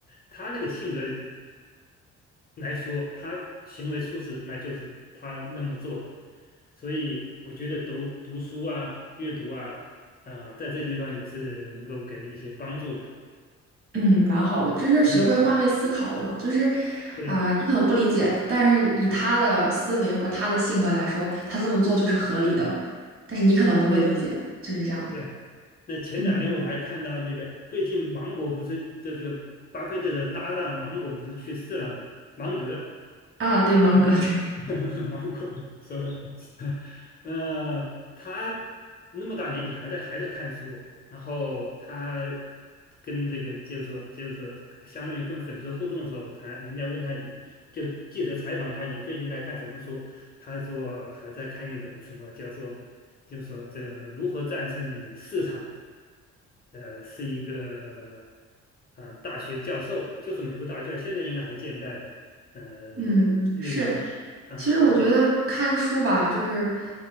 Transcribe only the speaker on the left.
他那个性格来说，他行为出事，那就是他那么做的。所以我觉得读读书啊、阅读啊，啊、在这地方也是能够给人一些帮助吧。
嗯，
对
对啊。那前两天我还看到那个，
最近芒果不是就这个巴菲特的搭档芒果不是去世了吗？芒格。
啊。
<laughs> 芒果 s o r r 那 <laughs> 他那么大年纪还在还在看书，然后他跟这个就是说就是说，相当于跟粉丝互动的时候，他人家问他你就记者采访他你最近在看什么书，他说还在看一本什么叫做就说这个如何战胜市场，呃，是一个呃大学教授，就是美国大学教授，现在应该还健在的，呃，
那个人。
啊，